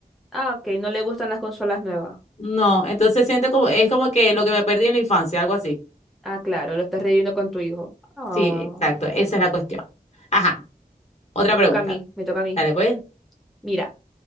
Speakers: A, in the centre; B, on the left.
A: ah, ok, no le gustan las consolas nuevas.
B: No, entonces siento como, es como que lo que me perdí en la infancia, algo así.
A: Ah, claro, lo estás reviviendo con tu hijo. Ah,
B: Sí, exacto, esa es la cuestión. Ajá, otra
A: me
B: pregunta.
A: toca a mí, me toca a mí.
B: Dale, pues.
A: Mira,